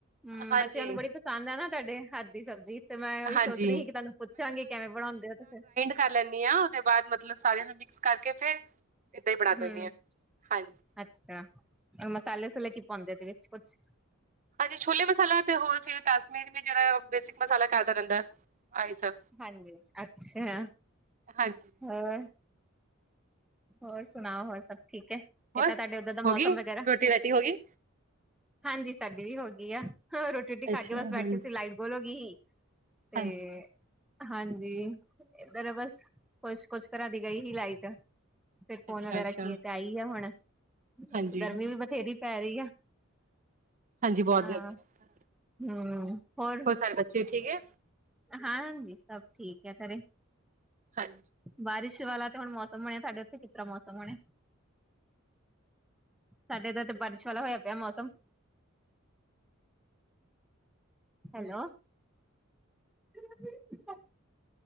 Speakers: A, in the centre; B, on the right (about 40°).
A: ਹੂੰ,
B: ਹਾਂਜੀ
A: ਬੱਚਿਆਂ ਨੂੰ ਬੜੀ ਪਸੰਦ ਐ ਨਾ ਤੁਆਡੇ ਹੱਥ ਦੀ ਸਬਜ਼ੀ ਤੇ ਮੈਂ ਉਹੀ
B: ਹਾਂਜੀ
A: ਸੋਚ ਰਹੀ ਸੀ ਕਿ ਤੁਹਾਨੂੰ ਪੁੱਛਾਂਗੀ ਕੈਵੇਂ ਬਣਾਉਂਦੇ ਹੋ ਤੇ ਫਿਰ
B: ਕਰਾ ਲੈਣੀ ਆ, ਉਹਦੇ ਬਾਦ ਮਤਲਬ ਸਾਰਿਆਂ ਨੂੰ ਮਿਕਸ ਕਰਕੇ ਫੇਰ ਏਦਾਂ ਈ ਬਣਾ
A: ਹੂੰ
B: ਦਿਣੀ ਆ, ਹਾਂਜੀ।
A: ਅੱਛਾ, ਮਸਾਲੇ-ਸੁਸੂਲੇ ਕੀ ਪਾਉਂਦੇ ਇਹਦੇ ਵਿੱਚ ਕੁਛ
B: ਹਾਂਜੀ, ਛੋਲੇ ਮਸਾਲਾ ਤੇ ਹੋਰ ਫੇਰ ਕਸ਼ਮੀਰ ਜੇੜਾ ਬੇਸਿਕ ਮਸਾਲਾ ਘਰਦਾ ਰਹਿੰਦਾ ਆਈ ਸਬ।
A: ਹਾਂਜੀ, ਅੱਛਾ,
B: ਹਾਂਜੀ
A: ਹੋਰ ਹੋਰ ਸੁਣਾਓ, ਹੋਰ ਸਭ ਠੀਕ ਐ, ਕਿੱਦਾਂ
B: ਹੋਰ
A: ਤੁਆਡੇ ਉਧਰ ਦਾ
B: ਹੋ
A: ਮੌਸਮ
B: ਗਈ
A: ਵਗੈਰਾ।
B: ਰੋਟੀ ਰਾਟੀ ਹੋ ਗਈ
A: ਹਾਂਜੀ ਸਾਡੀ ਵੀ ਹੋ ਗਈ ਆ, ਹੋਰ ਰੋਟੀ-ਰੁਟੀ
B: ਅੱਛਾ
A: ਖਾ ਕੇ ਬਸ ਬੈਠੇ
B: ਹਾਂ
A: ਸੀ ਲਾਈਟ ਗੋਲ ਓ ਗਈ ਸੀ। ਤੇ
B: ਹਾਂਜੀ
A: ਹਾਂਜੀ, ਇਧਰ ਬਸ ਕੁਛ ਕੁਛ ਘਰਾਂ ਦੀ ਗਈ ਹੀ ਲਾਈਟ। ਫੇਰ ਫੋਨ
B: ਅੱਛਾ
A: ਵਗੈਰਾ
B: ਅੱਛਾ
A: ਕੀਏ ਤੇ ਆਈ ਆ ਹੁਣ ਇੱਕ
B: ਹਾਂਜੀ
A: ਗਰਮੀ ਵੀ ਬਥੇਰੀ ਪੈ ਰਈ ਆ,
B: ਹਾਂਜੀ ਬਹੁਤ
A: ਹਾਂ,
B: ਗਰਮੀ
A: ਹੂੰ,
B: ਹੈ
A: ਹੋਰ
B: ਸਾਰੇ ਬੱਚੇ ਠੀਕ ਐ।
A: ਹਾਂ, ਹਾਂਜੀ ਸਭ ਠੀਕ ਐ ਘਰੇ।
B: ਹਾਂਜੀ।
A: ਬਾਰਿਸ਼ ਵਾਲਾ ਤੇ ਹੁਣ ਮੌਸਮ ਹੋਣਿਆ ਸਾਡੇ ਉੱਥੇ ਕਿਸ ਤਰਾ ਮੌਸਮ ਹੋਣੇ। ਸਾਡੇ ਤੇ ਇੱਥੇ ਬਾਰਿਸ਼ ਵਾਲਾ ਹੋਇਆ ਪਿਆ ਮੌਸਮ। ਹੈਲੋ। <inaudible>